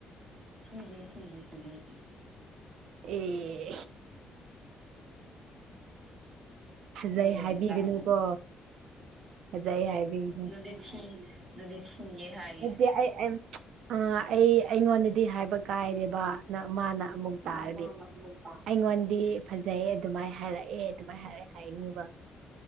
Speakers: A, on the right; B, on the right.
A: ꯊꯤꯗꯦ ꯊꯤꯗꯦ ꯐꯖꯩ ꯐꯖꯩ
B: ꯑ‌ꯦ ꯐꯖꯩ
A: ꯑꯦ
B: ꯍꯥꯏꯕꯤꯒꯅꯨꯀꯣ
A: ꯀꯥꯏꯅ
B: ꯐꯖꯩ ꯍꯥꯏꯕꯤꯒꯅꯨ
A: ꯑꯗꯨꯗꯤ ꯊꯤ ꯑꯗꯨꯗꯤ ꯊꯤꯌꯦ ꯍꯥꯏꯌꯦ
B: <unintelligible> ꯑ ꯑꯩ ꯑꯩꯉꯣꯟꯗꯗꯤ ꯍꯥꯏꯕ ꯀꯥꯏꯔꯦꯕ ꯅ ꯃꯥꯅ ꯑꯃꯨꯛ ꯇꯥꯔꯗꯤ
A: ꯎꯝ ꯎꯝ ꯎꯝ
B: ꯑꯩꯉꯣꯟꯗꯤ ꯐꯖꯩꯌꯦ ꯑꯗꯨꯃꯥꯏ ꯍꯥꯏꯔꯛꯑꯦ ꯑꯗꯨꯃꯥꯏꯅ ꯍꯥꯏꯔꯛꯑꯦ ꯍꯥꯏꯅꯤꯕ